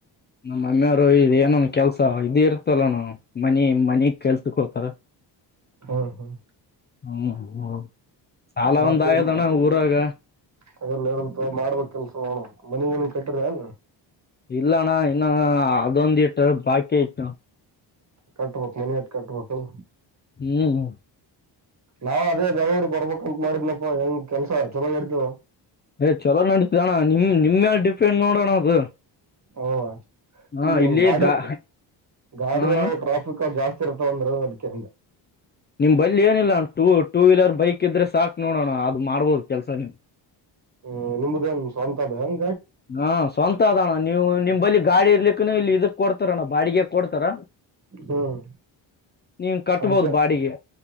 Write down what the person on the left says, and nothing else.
ನಮ್ಮ ಮಮ್ಮಿಯವ್ರು ಇದ ಏನನ್ ಕೆಲ್ಸ ಇದ ಇರ್ತಲ್ಲ ನ ಮನಿ ಮನಿಗ್ ಕೆಲ್ಸಕ್ ಹೋತಾರ.
ಹ್ಮ್ ಹ್ಮ್ ಸಾಲ
ಒಂದ ಆಗದಣ್ಣ ಊರಾಗ
ಇಲ್ಲಣ್ಣ ಇನ್ನು ಅದೊಂದ ಇಟ್ಟ ಬಾಕಿ ಆಯ್ತು
ಹ್ಮ್
ಏಯ್ ಚಲೋ ನಡಿತದಣ್ಣ ನಿಮ್ ನಿಮ್ಯಾಲ್ ಡೀ ಪೆಂಡ್ ನೋಡಣ ಅದು
ಹಾ
ಇಲ್ಲಿ
ಗಾ
ಹಣ
ನಿಮ್ ಬಳ್ಳಿ ಏನಿಲ್ಲ ಟೂ ಟೂ ವೀಲರ್ ಬೈಕ್ ಇದ್ರೆ ಸಾಕು ನೋಡೋಣ ಅದು ಮಾಡ್ಬೋದು ಕೆಲ್ಸ ನೀವು
ಹಾ ಸ್ವಂತ ಅದಣ ನೀವು ನಿಮ್ ಬಳಿ ಗಾಡಿ ಇರ್ಲಿಕ್ಕನು ಇಲ್ಲಿ ಇದು ಣ ಬಾಡಿಗೆ ಕೊಡ್ತಾರ
ನೀನ್ ಕಟ್ಬೋದು
ಬಾಡಿಗೆ.